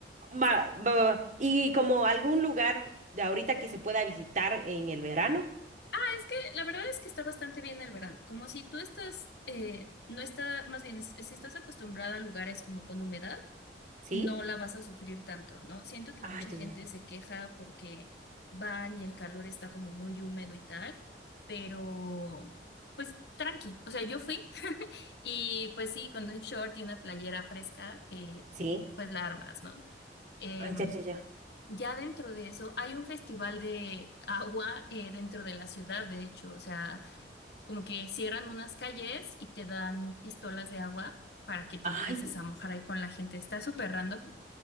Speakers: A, on the right; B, on the left.
A: Va,
B: Sí,
A: va, va, va. Y como algún lugar de ahorita que se pueda visitar en el verano.
B: Es que la verdad es que está bastante bien el verano, como si tú estás, eh, no está, más bien, si si estás acostumbrada a lugares como con humedad.
A: ¿Sí?
B: no la vas a sufrir tanto, ¿no? Siento que
A: Ah,
B: mucha
A: ya,
B: gente
A: ya.
B: se queja porque van y el calor está como muy húmedo y tal, pero pues tranqui, o sea, yo fui <laughs> y pues sí, con un short y una playera fresca, eh,
A: Sí.
B: pues la armas, ¿no? Em,
A: Ah, ya, ya, ya.
B: ya dentro de eso hay un festival de agua eh, dentro de la ciudad, de hecho, o sea, como que cierran unas calles y te dan pistolas de agua. para que te
A: Ay.
B: empieces a mojar ahí con la gente. Está súper random,